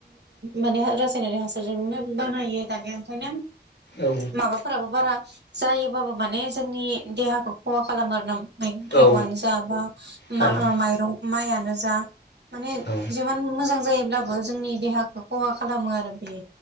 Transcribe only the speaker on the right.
माने रासायनारि हासारजोंनो बानायो दानिया ओंखायनो
माबाफोराबो बारा जायोबाबो माने जोंनि देहाखौ खहा खालाम आर ना मैगं थाइगंनो
जाबा
बा माइरं माइयानो जा माने
जेबान मोजां जायोब्लाबो जोंनि देहा बे खहा खालामो आरो बे